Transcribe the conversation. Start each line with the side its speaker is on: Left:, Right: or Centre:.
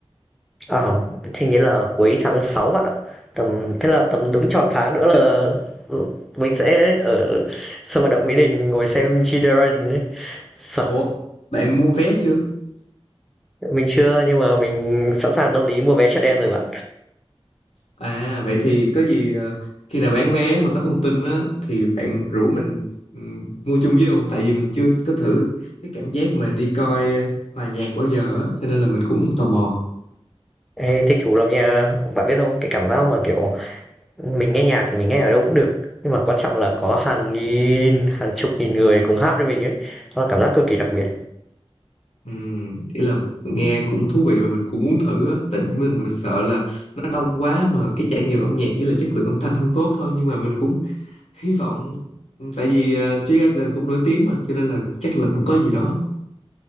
Centre: à, thì nghĩa là cuối tháng 6 bạn ạ tầm thế là tầm đúng tròn tháng nữa là ừ, mình sẽ ở sân vận động Mỹ Đình ngồi xem Chideren đấy. Sợ.
Left: Ủa bạn mua vé chưa?
Centre: Mình chưa nhưng mà mình sẵn sàng tâm lý mua vé chợ đen rồi bạn.
Left: À vậy thì có gì ờ, khi nào bán vé mà có thông tin á thì bạn rủ mình ừm, mua chung với luôn tại vì mình chưa có thử cái cảm giác mà đi coi ờ, hòa nhạc bao giờ á cho nên là mình cũng tò mò.
Centre: Ê, thích thú lắm nha. Bạn biết không, cái cảm giác mà kiểu mình nghe nhạc thì mình nghe ở đâu cũng được. Nhưng mà quan trọng là có hàng nghìn, hàng chục nghìn người cùng hát với mình ấy. Đó là cảm giác cực kỳ đặc biệt.
Left: Ừm, ý là nghe cũng thú vị mà mình cũng muốn thử á tại vì mình mình sợ là nó đông quá mà cái trải nghiệm âm nhạc với là chất lượng âm thanh không tốt thôi nhưng mà mình cũng <laughs> hy vọng Ừ, tại vì uh, G-Dragon cũng nổi tiếng mà cho nên là chắc là cũng có gì đó.